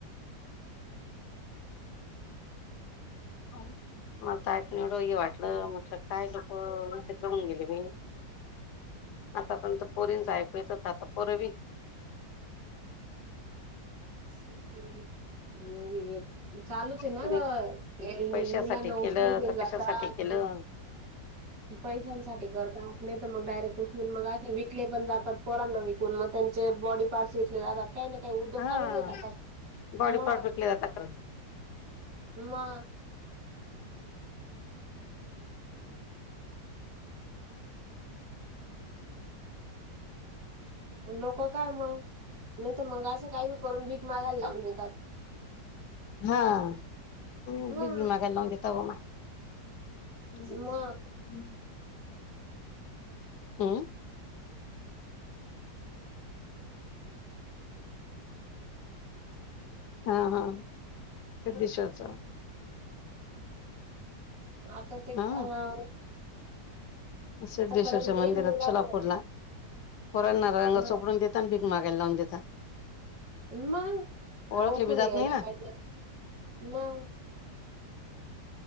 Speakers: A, on the left; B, on the right.
A: हा मला तक नि एवढं हे वाटलं म्हटलं काय लोक विचित्र होऊन गेले मी - आता पणंत पोरींच ऐकू येतच आता पोर बी -
B: <unintelligible> चालू त्या ना
A: तिने
B: ग ते
A: पैशासाठी
B: मुलांना
A: केलं
B: उचलून घेऊन
A: का
B: जातात.
A: कशासाठी केलं
B: पैशांसाठी करता नाही तर मग डायरेक्ट उचलून मग आ विकले पण जातात. पोरांना विकून मग त्यांचे बॉडी पार्टस विकले जातात. काही ना काही उद्योग
A: हा
B: चालू घेतात
A: बॉडी
B: मग
A: पार्ट विकले जाता खरं
B: -मग <inaudible> लोकं काय मग नाही तर मग असं काही नाही करून भीक मागायला लावून देतात.
A: हा भीक
B: हा
A: मागायला लाऊन देतात मग - <unintelligible>
B: मग
A: अं हा -हा सिद्धश्वचा -
B: आता ते
A: हा
B: अ -
A: सिद्धेश्वर
B: खरंच लई
A: मंदिरात
B: मुलांना
A: सोलापूरला पुरणारंग
B: हं,
A: सोपडून घेत - भीक मागायला लाऊन देतात.
B: मग
A: ओळखले
B: ओळखून
A: बी जात
B: यायला
A: नाही ना
B: पाहिजे मग -